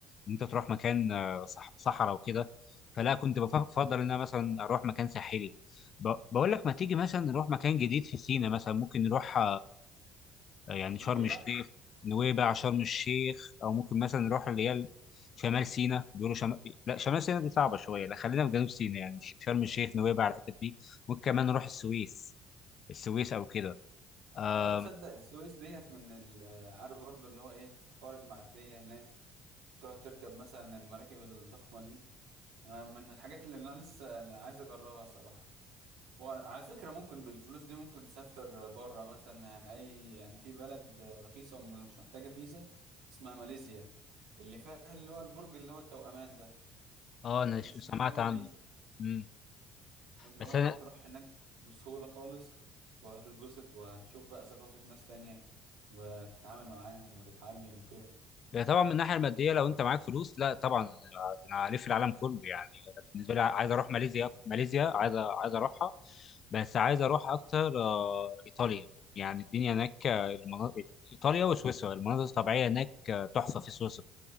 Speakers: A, on the left; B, on the right.
A: ان انت تروح مكان آه، صح... صحراء وكده فلا كنت بف- بفضل ان انا مثلا اروح مكان ساحلي ب... بقول لك ما تيجي مثلا نروح مكان جديد في سينا مثلا ممكن نروح آه، يعني شرم
B: نويبع
A: الشيخ نويبع شرم الشيخ او ممكن مثلا نروح اللي هي شمال سيناء بيقولوا شمال لا شمال سيناء دي صعبه شويه لا خلينا في جنوب سيناء يعني ش- شرم الشيخ نويبع الحتت دي ممكن كمان نروح السويس السويس او كده آم،
B: اه تصدق السويس ديت من ال- عارف برضو اللي هو ايه في حوار المعدية هناك بتقعد تركب مثلا المراكب الضخمة دي انا من الحاجات اللي انا لسه انا عايز اجربها صراحة وعلى فكرة ممكن بالفلوس دي ممكن تسافر بره مثلا يعني اي يعني في بلد رخيصة ومش محتاجة فيزا اسمها ماليزيا اللي فيها اللي هو البرج اللي هو التوأمان ده
A: اه انا
B: مش
A: ش- سمعت
B: محتاجة
A: عنه
B: فيزا
A: مم.
B: واللي
A: بس
B: هو
A: انا
B: انت تروح هناك بسهولة خالص وهتتبسط وهتشوف بقى ثقافة ناس تانية وتتعامل معاهم وتتعلم وكده
A: لا طبعا من الناحيه الماديه لو انت معاك فلوس لا طبعا انا أنا هلف العالم كله يعني أنا بالنسبه لي عايز اروح ماليزيا أك- ماليزيا عايز عايز اروحها بس عايز اروح اكتر آه، ايطاليا يعني الدنيا هناك آه، المناطق ايطاليا وسويسرا المناظر الطبيعيه هناك آه، تحفه في سويسرا